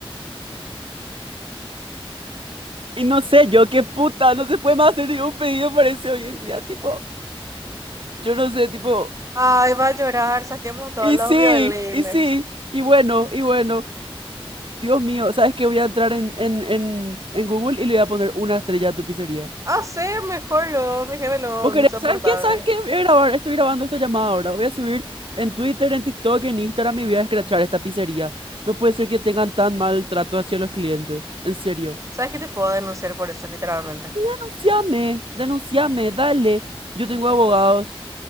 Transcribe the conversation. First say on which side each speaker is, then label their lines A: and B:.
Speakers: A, on the right (about 65°); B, on the right (about 35°).
A: Y no sé, yo qué puta, no se puede más hacer ningún pedido, parece hoy en día, tipo, yo no sé, tipo,
B: Ay, va a llorar, saquemos a todos
A: y
B: los
A: sí,
B: violines.
A: y sí, y bueno, y bueno, Dios mío, ¿sabes qué? Voy a entrar en, en, en, en Google y le voy a poner una estrella a tu pizzería.
B: Hacer mejor lo, mi jefe lo
A: ¿Vos querés?
B: insoportable.
A: ¿Sabes qué? ¿Sabes qué? Voy a grabar, estoy grabando esta llamada ahora, voy a subir en Twitter, en TikTok, en Instagram y voy a escrachar esta pizzería. No puede ser que tengan tan mal trato hacia los clientes, en serio.
B: ¿Sabes qué te puedo denunciar por eso, literalmente?
A: Denunciame, denunciame, dale, yo tengo abogados.